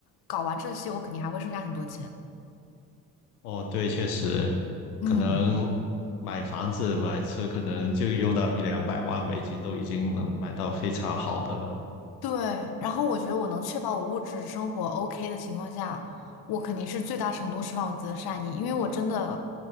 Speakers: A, on the left; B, on the left.
A: 搞完这些，我肯定还会剩下很多钱。
B: 哦，对，确实，
A: 嗯，
B: 可能买房子、买车，可能就用到一两百万美金，都已经能买到非常好的了。
A: 对，然后我觉得我能确保我物质生活 OK 的情况下，我肯定是最大程度释放我自己的善意，因为我真的，